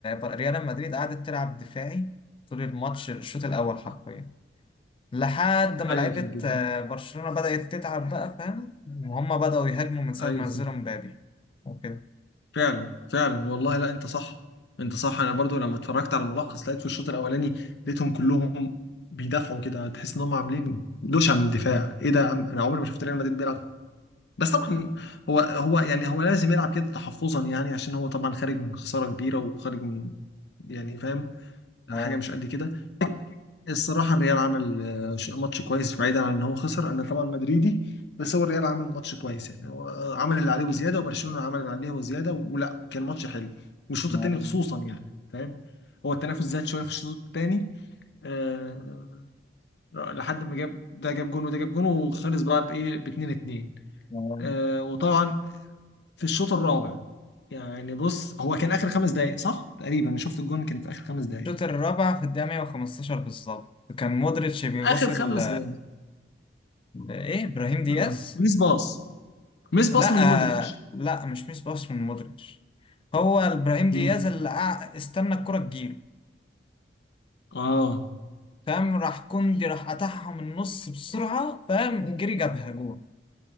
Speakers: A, on the left; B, on the left.
A: ريال مدريد قعدت تلعب دفاعي طول الماتش الشوط الاول حرفيا
B: آه.
A: لحد ما
B: ايوه
A: لعيبة
B: كانت بجد
A: آه، برشلونة بدأت تتعب بقى فاهم وهم بدأوا يهاجموا من ساعة
B: ايوه
A: ما نزلوا مبابي وكده
B: فعلا فعلا والله لا انت صح انت صح انا برضو لما اتفرجت على الملخص لقيت في الشوط الاولاني لقيتهم كلهم بيدافعوا كده تحس ان هم عاملين دوشه من دفاع ايه ده يا عم انا عمري ما شفت ريال مدريد بيلعب كده بس طبعا هو هو يعني هو لازم يلعب كده تحفظا يعني عشان هو طبعا خارج من خساره كبيره وخارج من يعني فاهم حاجه
A: اه
B: مش قد كده ولكن الصراحه الريال عمل آه، ش- ماتش كويس بعيدا عن ان هو خسر انا طبعا مدريدي بس هو الريال عمل ماتش كويس يعني هو آه، عمل اللي عليه وزياده وبرشلونه عمل اللي عليه وزياده ولا كان ماتش حلو والشوط
A: اه
B: الثاني خصوصا يعني فاهم هو التنافس زاد شويه في الشوط الثاني أه لحد ما جاب ده جاب جون وده جاب جون وخلص بقى بايه ب 2 2
A: اه
B: أه وطبعا في الشوط الرابع يعني بص هو كان اخر خمس دقائق صح تقريبا شفت الجون كان في اخر خمس دقائق
A: الشوط الرابع في الدقيقة 115 بالظبط كان مودريتش بيباصي
B: اخر
A: ل-
B: خمس دقائق
A: لإيه إبراهيم دياز
B: اه ميس باص ميس باص
A: لا
B: من مودريتش
A: لا مش ميس باص من مودريتش هو ابراهيم دياز
B: مم.
A: اللي قع- استنى الكرة تجيله
B: اه
A: فاهم راح كوندي راح قطعها من النص بسرعة فاهم جري جابها جون